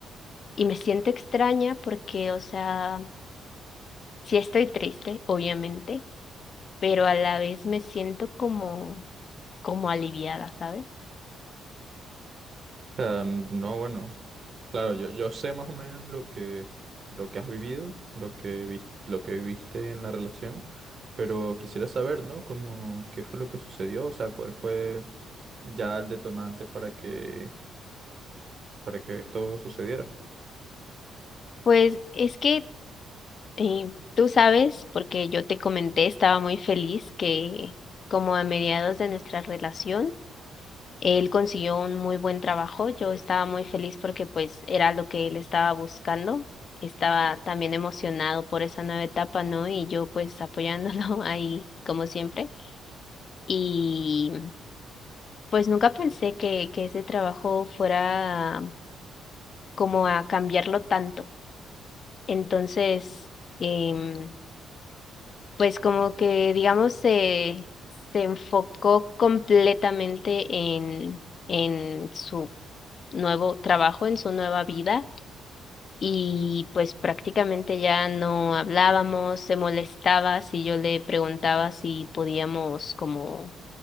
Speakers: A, on the left (about 50°); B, on the right (about 45°).
A: y me siento extraña porque, o sea, sí estoy triste, obviamente, pero a la vez me siento como, como aliviada, ¿sabes?
B: O sea, no, bueno, claro, yo, yo sé más o menos lo que, lo que has vivido, lo que vis- lo que viviste en la relación, pero quisiera saber, ¿no? Como, ¿qué fue lo que sucedió? O sea, ¿cuál fue ya el detonante para que, para que esto sucediera?
A: Pues es que Eh, tú sabes, porque yo te comenté, estaba muy feliz que como a mediados de nuestra relación, él consiguió un muy buen trabajo. Yo estaba muy feliz porque pues era lo que él estaba buscando. Estaba también emocionado por esa nueva etapa, ¿no? Y yo pues apoyándolo <laughs> ahí como siempre. Y pues nunca pensé que, que ese trabajo fuera como a cambiarlo tanto. Entonces... em, pues como que, digamos, se, se enfocó completamente en, en su nuevo trabajo, en su nueva vida, y pues prácticamente ya no hablábamos, se molestaba si yo le preguntaba si podíamos como